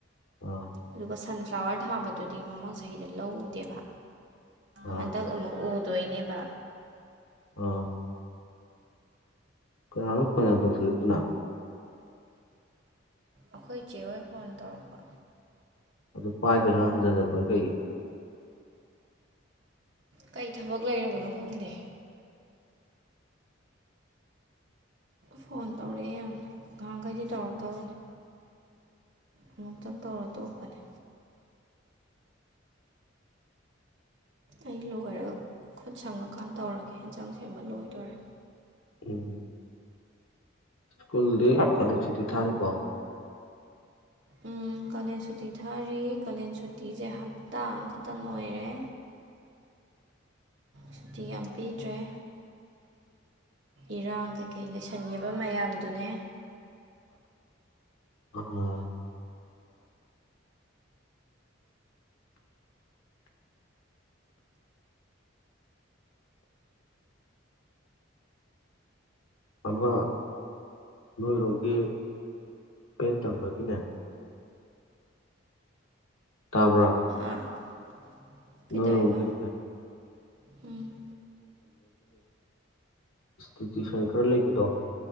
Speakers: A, on the left (about 80°); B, on the right (about 60°).
A: ꯑꯥ
B: ꯑꯗꯨꯒ ꯁꯥꯟꯐ ꯐ꯭ꯂꯥꯋꯔ ꯊꯥꯕꯗꯨꯗꯤ ꯃꯃꯥꯡ ꯆꯍꯤꯗ ꯂꯧꯎꯗꯦꯕ
A: ꯑꯥ
B: ꯍꯟꯗꯛ ꯎꯃꯨꯛ ꯎꯠ ꯇꯣꯏꯅꯦꯕ
A: ꯑꯥ ꯀꯅꯥꯅꯣ ꯀꯅꯥ ꯇꯧꯁꯤꯜꯂꯗꯨꯅ
B: ꯑꯩꯈꯣꯏ ꯆꯦ ꯍꯣꯏ ꯐꯣꯟ ꯇꯧꯔꯛꯄ
A: ꯑꯗꯨ ꯄꯥꯏꯗ꯭ꯔꯦ ꯈꯔ ꯍꯟꯖꯤꯟꯖꯠꯇꯦ ꯀꯩꯒꯤ
B: ꯀꯩ ꯊꯕꯛ ꯂꯩꯔꯕꯅꯣ ꯈꯪꯗꯦ ꯐꯣꯟ ꯇꯧꯔꯛꯑꯦ ꯌꯥꯝꯅꯤ ꯉꯍꯥꯟꯈꯩꯗꯤ ꯇꯧꯔꯛꯇꯕꯅꯦ ꯑꯃꯨꯛꯇꯪ ꯇꯧꯔ ꯇꯣꯛꯄꯅꯦ ꯑꯩ ꯂꯣꯏꯔꯒ ꯈꯨꯠ ꯁꯪꯉꯀꯥꯟ ꯇꯧꯔꯒꯦ ꯌꯦꯟꯖꯥꯡ ꯁꯦꯝꯕ ꯂꯣꯏꯗꯣꯔꯦ
A: ꯎꯝ ꯁ꯭ꯀꯨꯜꯗꯤ ꯀꯣꯂꯦꯖꯨꯇꯤ ꯊꯥꯔꯤꯕꯣ
B: ꯎꯝ ꯀꯥꯂꯦꯟ ꯁꯨꯇꯤ ꯊꯥꯔꯤ ꯀꯥꯂꯦꯟ ꯁꯨꯇꯤꯖꯦ ꯍꯞꯇꯥ ꯑꯃꯈꯛꯇꯪ ꯑꯣꯏꯔꯦ ꯁꯨꯇꯤ ꯌꯥꯝ ꯄꯤꯗ꯭ꯔꯦ ꯏꯔꯥꯡ ꯀꯩꯀꯩ ꯂꯩꯁꯟꯒꯤꯕ ꯃꯌꯥꯝꯗꯨꯅꯦ
A: ꯑꯥ ꯑꯃ ꯅꯣꯏꯔꯣꯝꯒꯤ ꯕꯦꯠ ꯇꯝꯕꯒꯤꯅꯦ ꯇꯥꯕ꯭ꯔ
B: ꯇꯥꯕ꯭ꯔ ꯀꯩꯗꯧꯋꯦꯕ
A: ꯅꯣꯏꯔꯣꯝꯒꯤꯅꯦ
B: ꯎꯝ
A: ꯏꯁꯇꯤꯇ꯭ꯌꯨꯁꯟ ꯈꯔ ꯂꯩꯕꯗꯣ